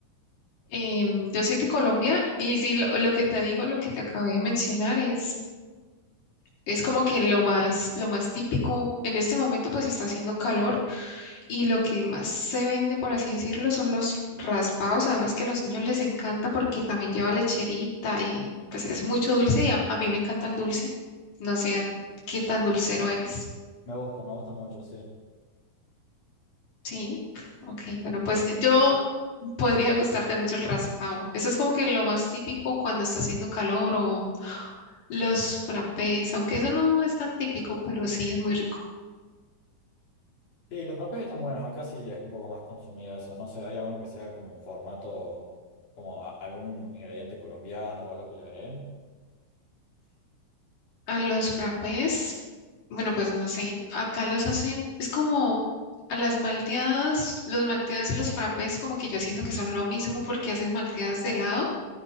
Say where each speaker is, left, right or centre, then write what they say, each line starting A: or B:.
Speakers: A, on the left; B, on the left.
A: Em, yo soy de Colombia y sí, lo, lo que te digo, lo que te acabé de mencionar es, es como que lo más, lo más típico. En este momento pues está haciendo calor Y lo que más se vende, por así decirlo, son los raspados. Además que a los niños les encanta porque también lleva lecherita y pues es mucho dulce y a, a mí me encanta el dulce. No sé a ti qué tan dulcero eres.
B: Me gusta, me gusta mucho, sí.
A: Sí, ok. Bueno, pues yo podría gustarte mucho el raspado. Eso es como que lo más típico cuando está haciendo calor o los frappés, aunque eso no es tan típico, pero sí es muy rico.
B: Sí, los frappés están buenos. Acá sí es un poco más consumido eso. No sé, ¿hay alguno que sea como en formato, como a- algún ingrediente colombiano o algo que le agreguen?
A: A los frappés, bueno, pues no sé, acá los hacen, es como a las malteadas, los malteadas y los frappés, como que yo siento que son lo mismo porque hacen malteadas de helado